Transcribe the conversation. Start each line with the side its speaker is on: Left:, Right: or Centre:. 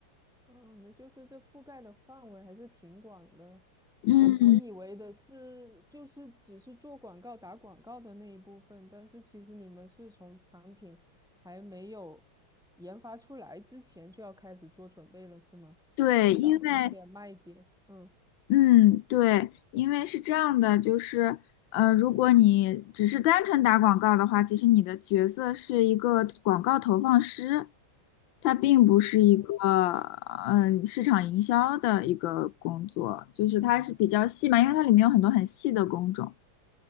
Centre: 嗯，那就是这覆盖的范围还是挺广的。
Left: 嗯，
Centre: 我我以为的是，就是只是做广告、打广告的那一部分，但是其实你们是从产品还没有研发出来之前就要开始做准备了，是吗？
Left: 对，
Centre: 要找一些卖点。
Left: 因为
Centre: 嗯，
Left: 嗯，对，因为是这样的，就是，呃，如果你只是单纯打广告的话，其实你的角色是一个广告投放师，它并不是一个，
Centre: 嗯，
Left: 嗯、市场营销的一个工作，就是它是比较细嘛，因为它里面有很多很细的工种。